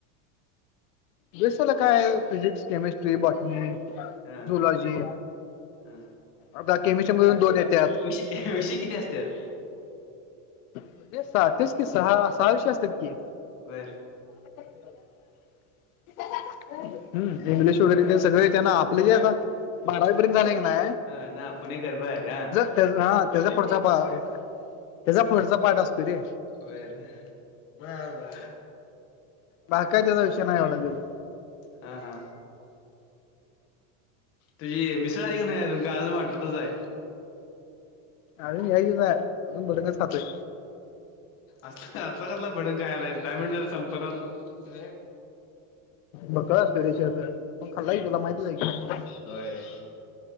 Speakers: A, on the left (about 80°); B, on the left (about 35°).
A: बी एस सीला काय फिजिक्स, केमिस्ट्री, बॉटनी,
B: हा
A: झुलॉजी
B: हा
A: आता केमिस्ट्री मधून दोन <unintelligible> <inaudible>
B: विषय विषय किती असत्यात
A: म्हणजे स तेच कि सहा सहा विषय असतात की.
B: बरं
A: <inaudible> हम्म! इंग्लिश वगैरे ते सगळे त्यांना आपले जे आता बारावीईपर्यंत झाले की ना.
B: <inaudible>
A: त्या हा त्याचा पुढचा पा त्याचा पुढचा पाठ असतो रे.
B: बरं बरं बरं
A: बाकी त्याचा विषय नाही एवढा <unintelligible>
B: हा हा. तुझी मिसळ आली का नाही अजून, का वाटतच आहे?
A: अजून यायचीच आहे, अजून भडंगच खातोय.
B: अस असला कसला भडंग खायालायस दहा मिनिट झालं संपणा तुझ
A: बक्कळ असतोय रे <inaudible> आपण खाल्लाय तुला माहतीच आहे की.
B: होय,